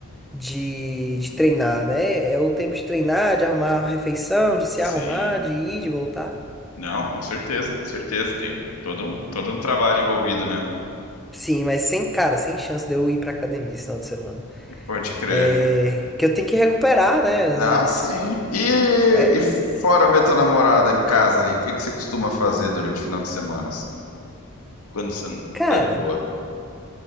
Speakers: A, in the centre; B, on the left.
A: de, de treinar, né? É o tempo de treinar, de arrumar a refeição, de se
B: sim.
A: arrumar, de ir, de voltar.
B: Não, com certeza, com certeza. Tem todo um, todo um trabalho envolvido, né?
A: Sim, mas sem, cara, sem chance de eu ir pra academia esse final de semana.
B: Pode crer.
A: É. Que eu tenho que recuperar, né? As
B: Ah,
A: minhas.
B: sim. E,
A: é,
B: e
A: é,
B: fora ver tua namorada em casa ali, o que que você costuma fazer durante o final de semana, assim? Quando você não
A: cara,
B: tá de boa.